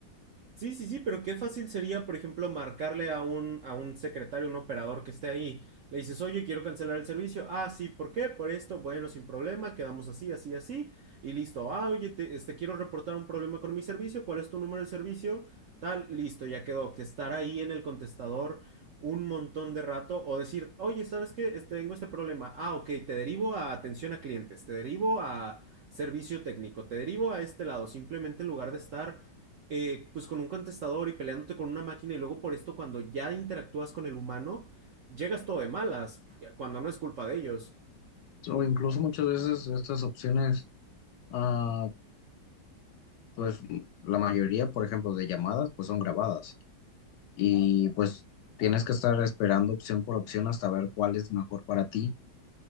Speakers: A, on the right (about 65°); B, on the left (about 75°).
A: Sí, sí, sí, pero qué fácil sería, por ejemplo, marcarle a un, a un secretario, un operador que esté ahí. Le dices, oye, quiero cancelar el servicio. Ah, sí, ¿por qué? Por esto. Bueno, sin problema, quedamos así, así, así. Y listo. Ah, oye, te- este, quiero reportar un problema con mi servicio. ¿Cuál es tu número de servicio? Tal, listo, ya quedó. Que estar ahí en el contestador un montón de rato o decir, oye, ¿sabes qué? Este, tengo este problema. Ah, ok, te derivo a atención a clientes, te derivo a servicio técnico, te derivo a este lado. Simplemente en lugar de estar eh, pues con un contestador y peleándote con una máquina y luego por esto cuando ya interactúas con el humano, llegas todo de malas, cuando no es culpa de ellos.
B: O incluso muchas veces estas opciones, ah, pues la mayoría, por ejemplo, de llamadas, pues son grabadas y pues tienes que estar esperando opción por opción hasta ver cuál es mejor para ti